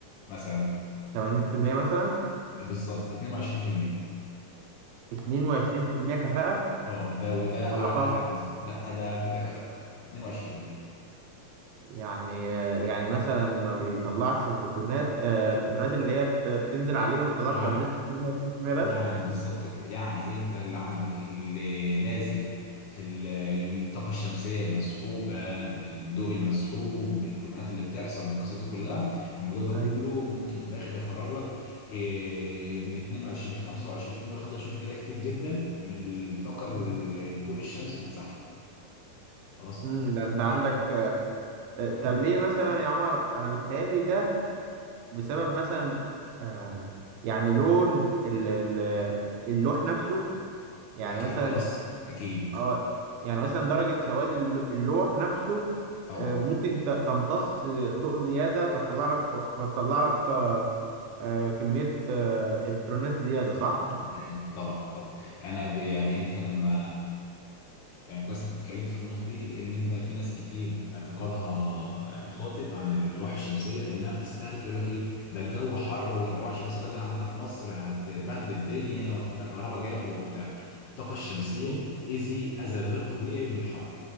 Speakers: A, on the left (about 75°); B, on the right (about 80°).
A: مثلا
B: 80% مثلا
A: بالظبط 22%
B: 22% كفاءه
A: اه ده وده
B: ولا
A: اعلى
B: فرق
A: حاجز لا ده كده كفاءته 22%
B: يعني يعني مثلا ما بيطلعش فوتونات آه، الفوتونات اللي هي بت- بتنزل عليه ما بتطلعش
A: يعني
B: غير بنسبة 28%
A: يعني
B: بس
A: بالظبط كده يعني انت اللي عندك اللي نازل في ال- الطاقة الشمسية المسحوبة بالضوء المسحوب بالفوتونات اللي بتحصل بالقصص دي كلها الموضوع ده كله
B: ايوه
A: ممكن في الآخر يخرج لك إيه، من 22 ل 25% و 25% ده كتير جدا من الطاقة ال-
B: مم.
A: الضوء الشمسي اللي اتسحب خلاص
B: امم ده انت عندك
A: إح-
B: آه، طب
A: مم.
B: ليه مثلا يا عمر انا بتهيالي ده بسبب مثلا آه، يعني لون ال- ال- اللوح نفسه يعني
A: أكيد
B: مثلا
A: بيأثر أكيد
B: اه يعني مثلا درجة سواد الل- اللوح نفسه
A: طبعا
B: آه، ممكن ت- تمتص ضوء زيادة فتطلع لك فتطلع لك آه، كمية آه، الكترونات زيادة صح؟
A: مم، طبعا طبعا يعني انا ب... يعني انت لما يعني كويس انك اتكلمت في النقطه دي لان انت في ناس كتير اعتقادها يعني خاطئ عن الالواح الشمسيه انها بتستهلك يقول لك ايه ده الجو حر والالواح الشمسيه لو جت عندنا في مصر هت- هتبهدل الدنيا وهتدينا كهرباء جامد وبتاع الطاقه الشمسيه
B: مم.
A: بتتاذي اذى غير طبيعي من الحر